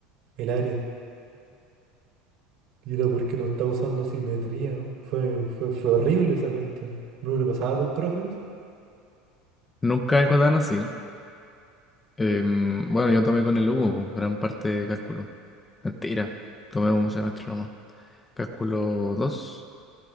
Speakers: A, on the right (about 60°); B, on the left (about 15°).
A: el área. Y era porque no estaba usando simetría. ¿no? Fue, fue, fue horrible esa cuestión. ¿No le pasaba a tus profes eso?
B: Nunca algo tan así. Em, bueno, yo tomé con el Hugo, po, gran parte de cálculo. Mentira, tomé un semestre nomás. Cálculo 2